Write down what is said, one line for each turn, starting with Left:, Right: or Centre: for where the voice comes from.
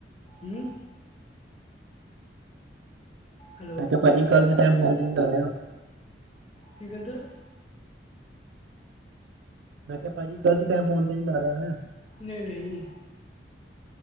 Left: ਹੂੰ, ਹੈਲੋ
Right: ਮੈ ਕਿਹਾ ਭਾਜੀ ਗੱਲ ਦੇ ਟਾਈਮ <unintelligible> ਆ
Left: ਕੀ <unintelligible>
Right: ਮੈਂ ਕਿਹਾ ਭਾਜੀ ਗਲਤ ਟੈਮ ਫੋਨ ਤੇ ਨੀ ਲਾ ਲਿਆ ਮੈ?
Left: ਨਹੀਂ-ਨਹੀਂ,